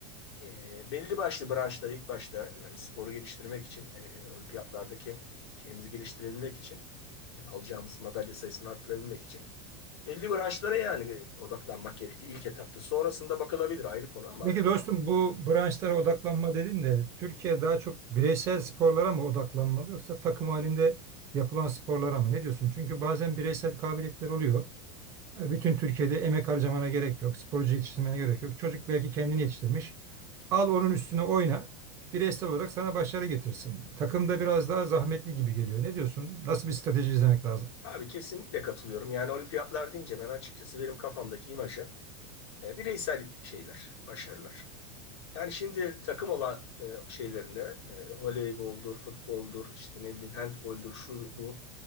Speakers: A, on the left (about 70°); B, on the right (about 20°).
A: ee, belli başlı branşları ilk başta yani sporu geliştirmek için, ee, olimpiyatlardaki şeyimizi geliştirebilmek için, ee, alacağımız madalya sayısını arttırabilmek için belli branşlara yani odaklanmak gerektiği ilk etapta. Sonrasında bakılabilir ayrı konu ama
B: Peki dostum bu branşlara odaklanma dedin de Türkiye daha çok bireysel sporlara mı odaklanmalı yoksa takım halinde yapılan sporlara mı? Ne diyorsun? Çünkü bazen bireysel kabiliyetler oluyor. E, Bütün Türkiye'de emek harcamana gerek yok. Sporcu yetiştirmene gerek yok. Çocuk belki kendini yetiştirmiş. Al onun üstüne oyna. Bireysel olarak sana başarı getirsin. Takımda biraz daha zahmetli gibi geliyor. Ne diyorsun? Nasıl bir strateji izlemek lazım?
A: Abi kesinlikle katılıyorum. Yani olimpiyatlar deyince ben açıkçası benim kafamdaki imajı e, bireysel şeyler, başarılar. Yani şimdi takım olan e, şeylerinde e, voleyboldur, futboldur, işte ne bileyim handboldur, şu bu